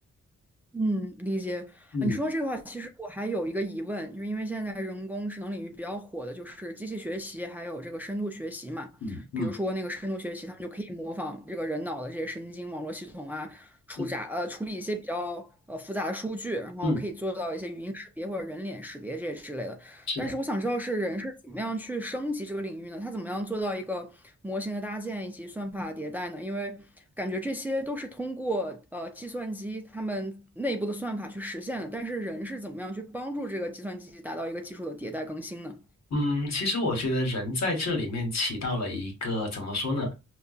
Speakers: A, in the centre; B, on the left (about 60°).
A: 嗯，理解啊。
B: 嗯
A: 你说到这个话，其实我还有一个疑问，就是因为现在人工智能领域比较火的就是机器学习，还有这个深度学习嘛。
B: 嗯嗯
A: 比如说那个深度学习，他们就可以模仿这个人脑的这些神经网络系统啊，处杂呃处理一些比较呃复杂的数据，
B: 嗯
A: 然后可以做到一些语音识别或者人脸识别这些之类的。
B: 嗯，是的。
A: 但是我想知道是人是怎么样去升级这个领域呢？他怎么样做到一个模型的搭建以及算法迭代呢？因为感觉这些都是通过呃计算机他们内部的算法去实现的，但是人是怎么样去帮助这个计算机达到一个技术的迭代更新呢？
B: 嗯，其实我觉得人在这里面起到了一个怎么说呢？